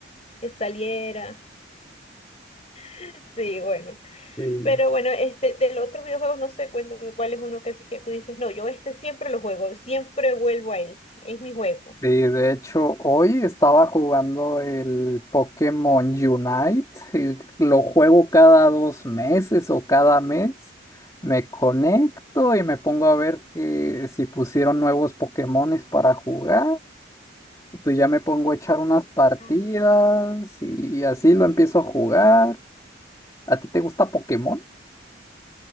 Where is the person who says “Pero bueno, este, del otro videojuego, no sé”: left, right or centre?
Left